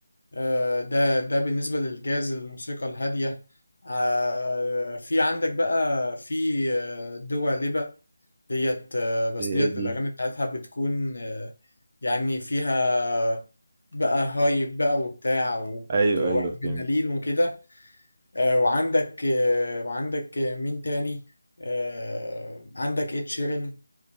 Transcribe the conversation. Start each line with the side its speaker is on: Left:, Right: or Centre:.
Left: آه ده ده بالنسبه للجاز الموسيقى الهاديه آه في عندك بقى في آه، دوا ليبا ديت آه، بس
Right: دي
Left: ديت
Right: ايه دي
Left: الأغاني بتاعتها بتكون آه، يعني فيها بقى هايب بقى وبتاع و-
Right: ايوه
Left: وأدرينالين
Right: ايوه فهمت
Left: وكده آه، وعندك آه، وعندك آه، مين تاني آه، عندك إد شيرين